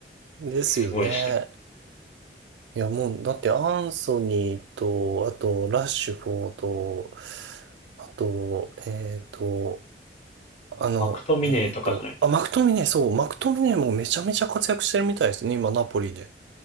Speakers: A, on the right; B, on the left.
A: ですよね。
B: すごいして。
A: いや、もう、だってアンソニーと、あと、ラッシュフォード、あと、えっと、あの、
B: マクトミネーとかじゃない。
A: えっと、あ、マクトミネ、そう、マクトミネもめちゃめちゃ活躍してるみたいですね、今、ナポリで。